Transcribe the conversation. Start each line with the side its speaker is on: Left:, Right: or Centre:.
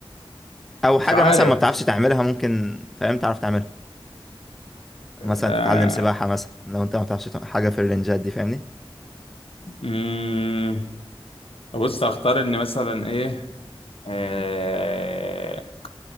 Centre: او
Left: مش
Centre: حاجة
Left: عارف
Centre: مثلا ما بتعرفش تعملها ممكن فاهم تعرف تعملها
Left: آه،
Centre: مثلا تتعلم سباحة مثلا لو انت ما بتعرفش تع- حاجة في الرنجات دي فاهمني
Left: امم بص هختار ان مثلا ايه آه،